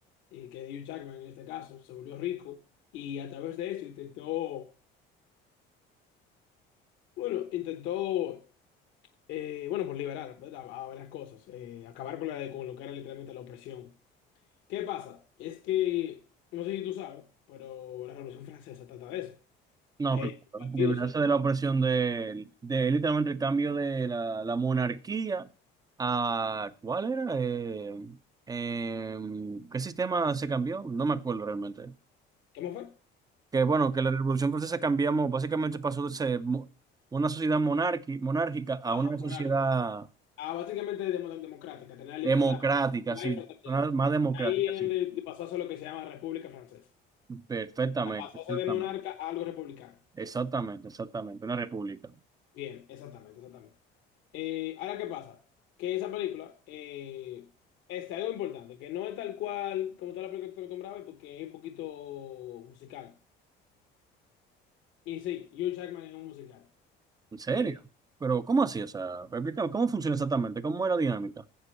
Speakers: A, on the left; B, on the right.
A: y que Hugh Jackman en este caso se volvió rico y a través de eso intentó, bueno, intentó Eh, bueno, por liberar, ¿verdad? A varias cosas. eh, acabar con, la de, con lo que era literalmente la opresión. ¿Qué pasa? Es que, no sé si tú sabes, pero la Revolución Francesa trata de eso.
B: no,
A: Hay
B: claro.
A: partidos,
B: Liberarse
A: ¿sí?
B: de la opresión de, de literalmente el cambio de la, la monarquía a... ¿Cuál era? Eh, em, ¿qué sistema se cambió? No me acuerdo realmente.
A: ¿Cómo fue?
B: Que bueno, que la Revolución Francesa cambiamos, básicamente pasó de ser mo- una sociedad monarqui- monárquica a
A: Ajá,
B: una sociedad
A: moral, claro. Ah, básicamente demo- democrática, tener la libertad.
B: democrática,
A: la
B: sí.
A: fraternidad.
B: Una- más democrática,
A: Ahí él
B: sí.
A: le pasó a ser lo que se llama República Francesa.
B: Perfectamente,
A: O sea, Pasó
B: exactamente.
A: a ser de monarca a algo republicano.
B: Exactamente, exactamente. Una república.
A: Bien, exactamente, exactamente. Eh, ahora, ¿qué pasa? Que esa película, eh, este, algo importante, que no es tal cual como toda la película que te acostumbraba, a ver, porque es un poquito musical. Y sí, Hugh Jackman es un musical.
B: ¿En serio?
A: Eh,
B: Pero, ¿cómo así? O sea, explícame, ¿cómo funciona exactamente? ¿Cómo era la dinámica?